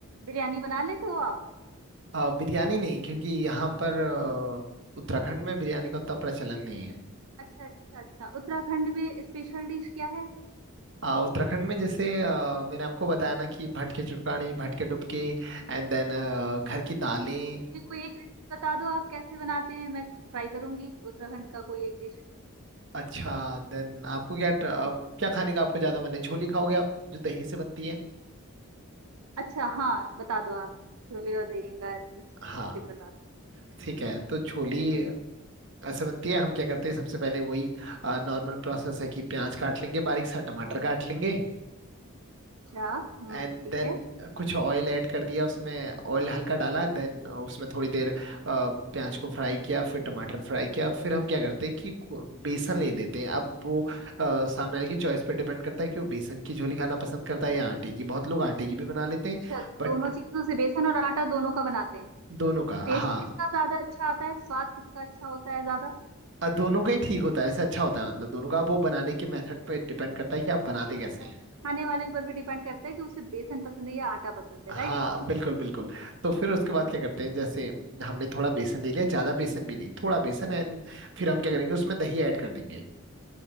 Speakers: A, on the right; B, on the right.
A: बिरयानी बना लेते हो आप
B: आ, बिरयानी नहीं क्योंकि यहाँ पर अ, उत्तराखंड में बिरयानी का उतना प्रचलन नहीं है
A: अच्छा अच्छा अच्छा उत्तराखंड में स्पेशल डिश क्या है
B: आ, उत्तराखंड में जैसे आ, मैंने आपको बताया ना कि भटके चुड़कानी भटके डुबके एंड देन घर की दालें
A: तो मुझे कोई एक रेसिपी बता दो आप कैसे बनाते हैं मैं ट्राई करूंगी उत्तराखंड का कोई एक डिश
B: अच्छा देन आपको क्या ट- अ, क्या खाने का आपको ज्यादा मन है झोली खाओगे आप जो दही से बनती है
A: अच्छा हाँ बता दो आप छोले और दही का जैसे
B: हाँ
A: बता दो
B: ठीक है तो झोली ऐसे बनती है हम क्या करते हैं सबसे पहले वही नॉर्मल प्रोसेस है कि प्याज काट लेंगे बारीक सा टमाटर काट लेंगे
A: अच्छा हम्म
B: एंड
A: ठीक
B: देन
A: है
B: कुछ ऑयल ऐड कर दिया उसमें ऑयल हल्का डाला देन उसमें थोड़ी देर अ, प्याज को फ्राई किया फिर टमाटर फ्राई किया फिर हम क्या करते हैं कि कु- बेसन ले लेते हैं अब वो अ, सामने वाले की चॉइस पे डिपेंड करता है कि वो बेसन की झोली खाना पसंद करता है या आटे की बहुत लोग आटे की भी बना लेते हैं
A: अच्छा
B: बट
A: दोनों चीजों से बेसन और आटा दोनों का बनाते हैं
B: दोनों का
A: टेस्ट
B: हाँ
A: किसका ज्यादा अच्छा आता है स्वाद किसका अच्छा होता है ज्यादा
B: अ, दोनों का ही ठीक होता है ऐसे अच्छा होता है मतलब दोनों का वो बनाने के मेथड पे डिपेंड करता है कि आप बनाते कैसे
A: अच्छा
B: हैं
A: खाने वाले पर भी डिपेंड करता है कि उसे बेसन पसंद है या आटा पसंद है
B: हाँ
A: राइट
B: बिल्कुल बिल्कुल तो फिर उसके बाद
A: हम्म
B: क्या करते हैं जैसे हमने थोड़ा बेसन ले लिया ज्यादा बेसन भी नहीं थोड़ा बेसन एंड फिर हम क्या करेंगे उसमें दही ऐड कर देंगे